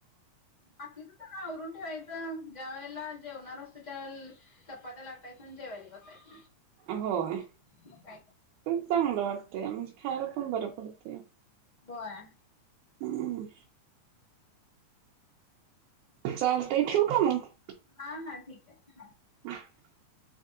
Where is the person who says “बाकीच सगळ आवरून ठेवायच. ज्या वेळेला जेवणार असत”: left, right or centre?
Left